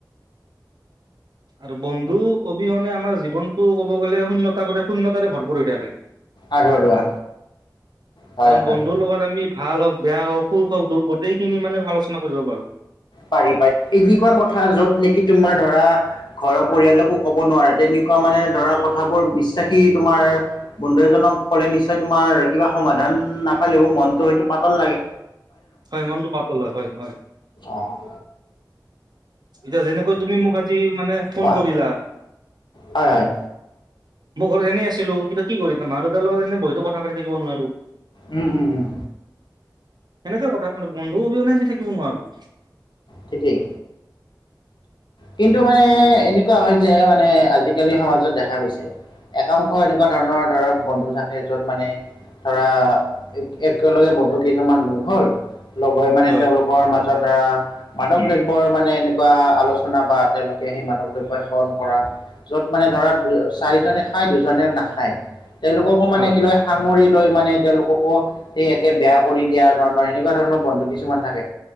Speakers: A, on the right; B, on the left.
A: আৰু, বন্ধু অবিহনে, আমাৰ জীৱনটো ক'ব গ'লে, শূণ্যতাবোৰে, শূন্যতাৰে ভৰপুৰ হৈ থাকে।
B: আধৰুৱা হয়
A: কাৰণ,
B: হয়
A: বন্ধুৰ লগত আমি ভাল হওক, বেয়া হওক সুখ হওঁক, দুখ হওঁক, গোটেই খিনি মানে আলোচনা কৰিব পাৰোঁ।
B: পাৰি পাৰি এনেকুৱা কথা যত নেকি তোমাৰ ধৰা ঘৰৰ পৰিয়ালকো কব নোৱাৰে তেনে এনেকুৱা মানে ধৰা কথাবোৰ বিশ্বাসী তোমাৰ বন্ধু এজনক ক'লে নিশ্চয় তোমাৰ কিবা সমাধান <unintelligible> নাপালেও মনতো হয়তো পাতল লাগে।
A: হয় মনটো পাতল হয়, হয় হয়।
B: অহ
A: এতিয়া যেনেকৈ তুমি মোক আজি মানে ফোন
B: কোৱা
A: কৰিলা
B: হয় হয়।
A: মই ঘৰত এনেই আছিলো কিন্তু কি কৰিম মা, দেউতাৰ লগত এনেই বহিটো কথা পাতি থাকিব নোৱাৰোঁ।
B: উম, উম উম।
A: সেনেকুৱা কথা, মানে বন্ধু অবিহনে আমি থাকিব নোৱাৰোঁ।
B: ঠিকেই কিন্তু মানে এনেকুৱা হয় যে, মানে আজিকালি সমাজত দেখা গৈছে। একাংশ এনেকুৱা ধৰণৰ ধৰক, বন্ধু থাকে। তহ মানে ধৰা, একেলগে বন্ধু কেইজনমান লগ হল। লগ হৈ মানে
A: হয়
B: তেওঁলোকৰ মাজত ধৰা, মাদক দ্ৰব্যৰ মানে এনেকুৱা আলোচনা বা তেওঁলোকে সেই মাদক দ্ৰব্য সেৱন কৰা, য'ত মানে ধৰা চাৰিজনে খাই দুজনে নাখায় পায়, তেওঁলোককো মানে
A: হয়
B: কি একেলগে সামৰি লৈ মানে তেওঁলোককো সেই একে বেয়া কৰি দিয়া ধৰণৰ সেনেকুৱা ধৰণৰ বন্ধু কিছুমান থাকে।